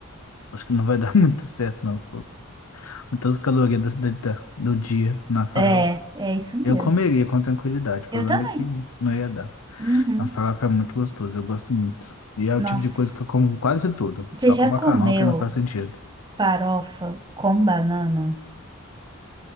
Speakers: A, on the left; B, on the right.
A: Acho que não vai <laughs> dar muito certo, não. Quantas calorias da, cidade da- do dia na farofa?
B: É, é isso mesmo.
A: Eu comeria com tranquilidade, o problema
B: Eu também.
A: é que não ia dar.
B: Uhum.
A: Mas farofa é muito gostoso, eu gosto muito. E é o
B: Nossa,
A: tipo de coisa que eu como quase tudo,
B: você
A: só
B: já
A: com macarrão
B: comeu
A: que não faz sentido.
B: farofa com banana?